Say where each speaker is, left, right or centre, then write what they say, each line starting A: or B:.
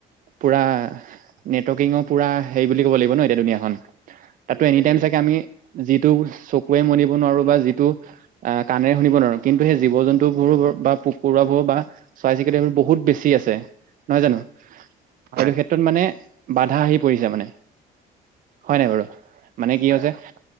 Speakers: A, on the right; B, on the right.
A: পুৰা নেটৱৰ্কিঙৰ পুৰা, হেৰি বুলি ক'ব লাগিব ন' এতিয়া দুুনীয়াখন তাতটো
B: সেইটোৱে
A: এনি টাইম
B: সেইটোৱে
A: চাগে আমি যিটো চকুৰে মনিব নোৱাৰো বা, যিটো কাণেৰে শুনিব নোৱাৰো, কিন্তু সেই জীৱ জন্তু বোৰো বা পৰুৱা বোৰ, বা চৰাই চিৰিকতি এইবোৰ বহুত বেছি আছে, নহয় জানো?
B: হয়
A: এইটো ক্ষেত্ৰত মানে বাধা আহি পৰিছে মানে, হয় নাই বাৰু? মানে কি
B: হয়
A: হৈছে
B: হয়